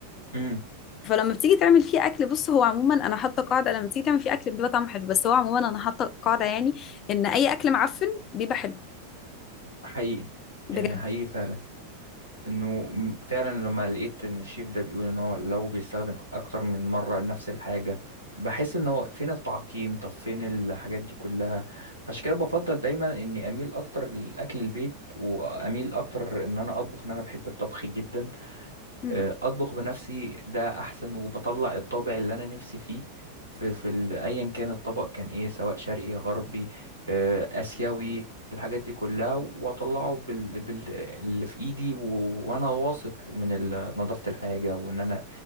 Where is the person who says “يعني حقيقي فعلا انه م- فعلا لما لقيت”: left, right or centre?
Left